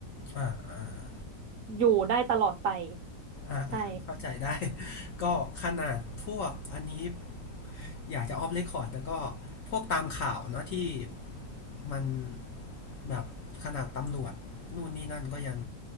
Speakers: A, on the left (about 65°); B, on the right (about 60°).
A: อ่าอ่า
B: อยู่ได้ตลอดไป
A: อ่าอ่าเข้าใจได้
B: ใช่
A: <laughs> ก็ขนาดพวกอันนี้ อยากจะออฟเรคคอร์ดแต่ก็พวกตามข่าวเนาะที่มันแบบขนาดตำรวจนู่นนี่นั่นก็ยัง